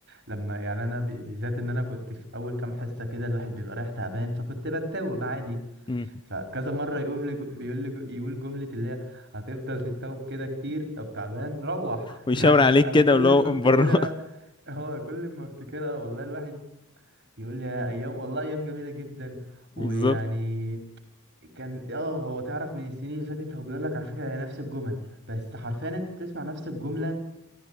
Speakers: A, on the right; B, on the left.
A: لما يعني انا ب- بالذات ان انا كنت في اول كام حصه كده الواحد بيبقى رايح تعبان فكنت بتوب عادي
B: مم.
A: فكذا مره يقوم لي جو- بيقول لي جو- يقول جمله اللي هي هتفضل تتوب كده كتير طب تعبان روح <laughs>
B: ويشاور
A: يعني
B: عليك
A: انا
B: كده
A: كل
B: ولو
A: ما افتكرها
B: بره
A: اه كل ما افتكرها والله الواحد يقول لي يا ايام والله ايام جميله جدا
B: <laughs>
A: ويعني
B: بالظبط
A: كان اه هو تعرف من السنين اللي فاتت هو بيقول لك على فكره هي نفس الجمل بس حرفيا انت بتسمع نفس الجمله